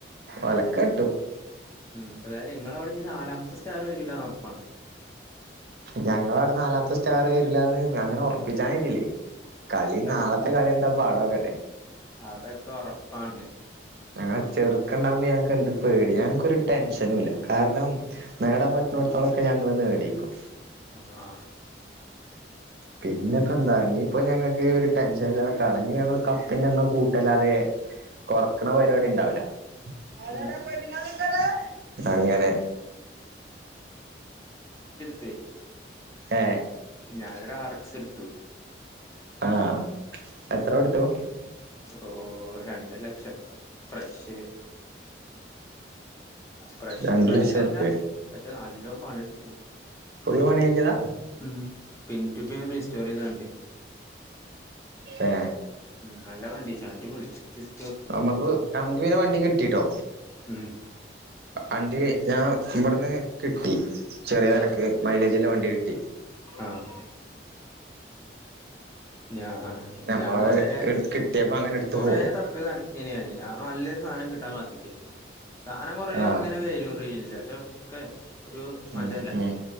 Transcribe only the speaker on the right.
ഒലക്ക കിട്ടും
ഞങ്ങളാടെ നാലാമത്തെ സ്റ്റാറ് വരുലാന്ന് അങ്ങനെ ഒറപ്പിച്ചാനായിട്ടില്ലേ കളി
നാളത്തെ കളി എന്താ പാടൊക്കെട്ടെ
ഞങ്ങളെ ചെർക്കണ്ടാമ്പോ ഞങ്ങ്കെന്ത് പേടി ഞങ്‌ക്കൊരു ടെൻഷനുല്ല കാരണം നേടാൻ പറ്റ്നോട്ത്തോളൊക്കെ ഞങ്ങള് നേടീക്കുണു
പിന്നെപ്പെന്താ ഇഞ്ഞിപ്പം ഞങ്ങക്ക് ഒരു ടെൻഷന്ല്ല കടഞ് ഞങ്ങള് കപ്പിന്റെണ്ണം കൂട്ടെല്ലാതെ കൊറക്ക്‌ണ പര്പാടിണ്ടാവൂല ആരാടാ
പെണ്ണ്ങ്ങള് ള്ളത് അങ്ങനെ
ഏ
ആ എത്ര കൊടുത്തു
രണ്ട്
ലക്ഷം ഉറുപ്യേ
ഫുള്ള് പണി കഴിഞ്ഞതാ
ഏ
നമ്മക്ക് ഞമ്മക്ക് പിന്നെ വണ്ടി കിട്ടിട്ടോ
അണ്ടിവേ ഞാം ബ ന്ന് കിട്ടി ചെറ്യേ വെലക്ക്
മൈലേജ്ല്ലെ വണ്ടികിട്ടി
നമ്മള്
കിട്ടിയപ്പോ അങ്ങനെ എടുത്ത്
പോന്നു
ആഹ്
ഉം ഉം